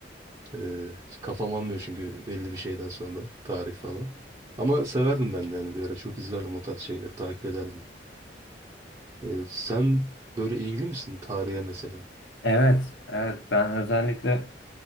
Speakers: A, on the right; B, on the left.
A: Ee, kafam almıyor çünkü belli bir şeyden sonra tarih falan. Ama severdim ben de hani bir ara çok izlerdim o tarz şeyleri takip ederdim. Ee, sen böyle ilgili misin tarihe mesela?
B: Evet, evet ben özellikle